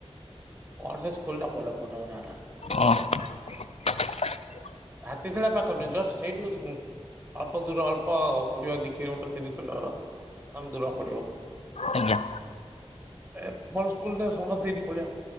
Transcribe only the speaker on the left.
ଓ <inaudible>
ଆଜ୍ଞା